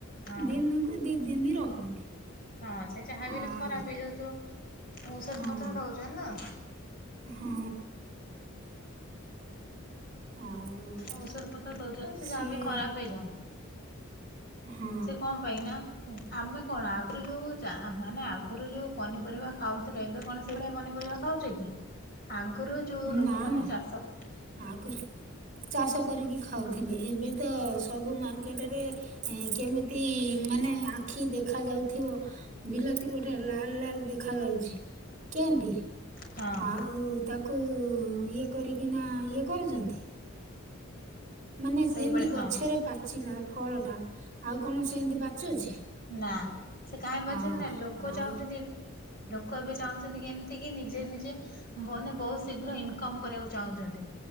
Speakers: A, on the left (about 45°); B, on the right (about 35°).
A: ହଁ
B: ଦିନକୁ ଦି ଦିନି ରହୁନି।
A: ହଁ ସେ ଯାହା ବି ହେଲେ
B: ଆଉ
A: ଖରାପ ହେଇଯାଉଥିବ ଔଷଧ
B: ହଁ
A: ପତ୍ର ଦଉଚନ୍ତି ନା।
B: ହଁ। ଆଉ
A: ଔଷଧ ପତ୍ର ଦଉଚନ୍ତି ସେ
B: ସିଏ
A: ଯାହାବି ଖରାପ ହେଇଯିବ।
B: ହଁ
A: ସେ କଣ ପାଇଁ ନା ଉଁ ଆମେ କଣ ଆଗୁରୁ ଯୋଉ ଚା ଆ ମାନେ ଆଗରୁ ଯୋଉ ପନିପରିବା ଖାଉଥିଲେ ଏବେ କଣ ସେଇଭଳିଆ ପନିପରିବା ଖାଉଚେ କି? ଆଗରୁ ଯୋଉ ଲୋକମାନେ
B: ନା ନା
A: ଚାଷ
B: ଆଗୁରୁ ଚାଷ କରିକି ଖାଉଥିଲେ ଏବେ ତ ସବୁ ମାର୍କେଟରେ ଏଁ କେମିତି ମାନେ ଆଖି ଦେଖାଯାଉଥିବ। ବିଲାତି ଗୋଟେ ଲାଲ ଲାଲ ଦେଖା ଯାଉଛି। କେନ୍ତି?
A: ହଁ
B: ଆଉ ତାକୁ ଇଏ କରିକିନା ଇଏ କରୁଛନ୍ତି? ମାନେ
A: ସେଇଭଳିଆ
B: ଯେମତି ଗଛରେ
A: ହଁ
B: ପାଚିଲା ଫଳଟା ଆଉ କଣ ସେମିତି ପାଚୁଛି?
A: ନା ସେ କାହିଁ ପଚୁନିନା
B: ହଁ
A: ଲୋକ
B: ଆଉ
A: ଚାହୁଁଛନ୍ତି ଲୋକ ଏବେ ଚାହୁଁଛନ୍ତି କେମିତି କି ନିଜେ ନିଜେ ମାନେ ବହୁତ ଶୀଘ୍ର ଇନକମ କରିବାକୁ ଚାହୁଁଛନ୍ତି।